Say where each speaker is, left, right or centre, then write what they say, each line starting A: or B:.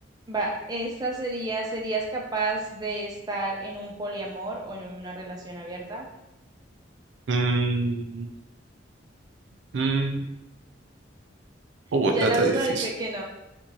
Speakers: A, on the right (about 20°); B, on the right (about 70°).
A: Va, esta sería, ¿serías capaz de estar en un poliamor o en una relación abierta?
B: Mm, mm, uh,
A: Ya
B: está,
A: la
B: está
A: duda
B: difícil.
A: dice que no.